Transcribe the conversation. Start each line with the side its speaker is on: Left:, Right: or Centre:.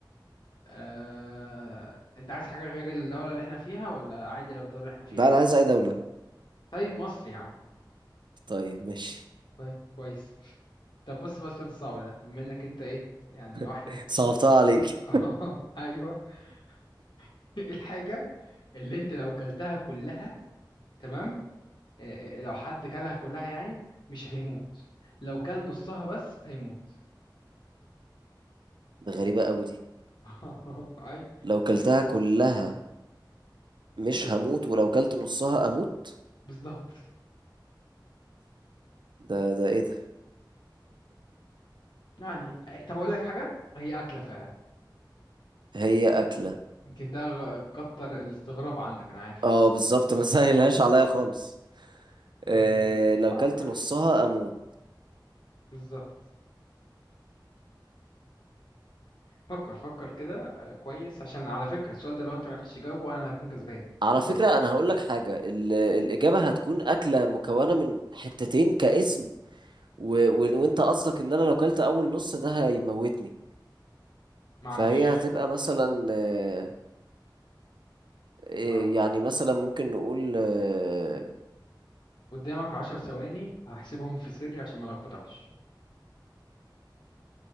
Left: آه... انت عايز حاجة غير الدولة اللي احنا فيها ولا عادي لو الدولة اللي احنا فيها
Right: ده انا عايز اي دولة
Left: طيب مصر يا عم
Right: طيب ماشي
Left: طيب كويس طب بص بقى السؤال الصعب ده بما انك انت ايه يعني واحدة
Right: <laughs> صعبتها عليك
Left: <laughs> ايوه <laughs> إيه الحاجة اللي انت لو كلتها كلها تمام إيه إيه لو حد كلها كلها يعني مش هيموت لو كل نصها بس هيموت
Right: ده غريبة قوي دي
Left: <laughs> اي
Right: لو كلتها كلها مش
Left: مش-
Right: هموت ولو كلت نصها اموت
Left: بالظبط
Right: ده ده ايه ده
Left: يعني إيه، طب اقول لك حاجة هي أكلة فعلا
Right: هي اكله
Left: يمكن ده غ- كتر الاستغراب عندك انا عارف
Right: اه
Left: بس
Right: بالظبط ما سهلهاش عليا خالص إيه
Left: أه
Right: لو
Left: فكر
Right: كلت نصها اموت
Left: بالظبط فكر فكر كده آه، كويس عشان على فكرة السؤال ده لو انت معرفتش تجاوبه انا اللي هكون كسبان
Right: على فكره
Left: قول
Right: انا هقول لك حاجه ال- الاجابه هتكون اكله مكونه من حتتين كاسم و و وانت قصدك ان انا لو كلت اول نص ده هيموتني
Left: معرفش
Right: فهي هتبقى مثلا آه، إيه
Left: معرفش
Right: يعني مثلا ممكن نقول آه،
Left: قدامك عشر ثواني هحسبهم في سري عشان ما لخبطكش